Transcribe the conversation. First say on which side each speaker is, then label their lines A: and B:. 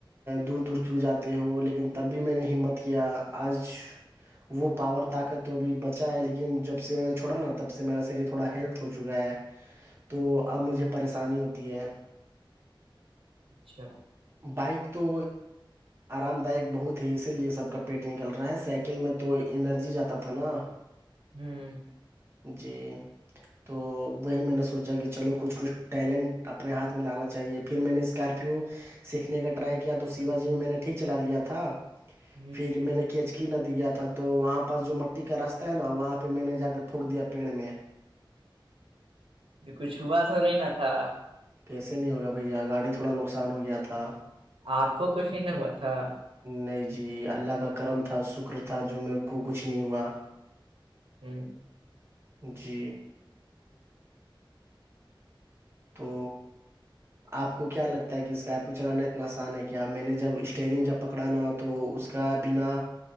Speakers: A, on the right; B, on the right.
A: دور دور کیوں جاتے ہوں لیکن تب بھی میں نے ہمت کیا آج وہ پاور طاقت تو بھیھی بچا ہے لیکن جب سے میں نے چھوڑا نا تب سے میرا شریر تھوڑا ہیلتھ ہو چکا ہے تو اب مجھے پریشانی ہوتی ہے
B: اچھا
A: بائک تو آرام دائک بہت ہے اسی لیے سب کا پیٹ نکل رہا ہے سائیکل میں تو انرجی جاتا تھا نا <inaudible>
B: ہوں
A: جی تو وہی میں نے سوچا کہ چلو کچھ کچھ ٹیلنٹ اپنے ہاتھ میں لانا چ چاہے پھر میں نے اسکارپیو سیکھنے کا ٹرائی کیا تو شیوا جی میں میں نے ٹھیک چلا لیا تھا
B: ہ
A: پھر میں نے کیچکی ندی گیا تھا تو وہاں پاس جو مٹی کا راستہ ہے نا وہاں پہ میں نے جا کر ٹھوک دیا پیڑ میں
B: تو کچھ ہوا تو نہیں ن تھا
A: کیسے نہیں ہوگا بھیا گاڑی تھوڑا نقصان ہو گیا تھا
B: آپ کو کچھ ہی نہیں ہوا تھا
A: نہیں جی اللہ کا کرم تھا شکر تھا جو میرے کو کچھ نہیں ہوا
B: ہ
A: جی تو آپ کو کیا لگتا ہے کہ اسکارپیو چلانا اتنا آسان ہے کیا میں نے جب اسٹیئرنگ جب پکڑانا ہو تو اس کا بنا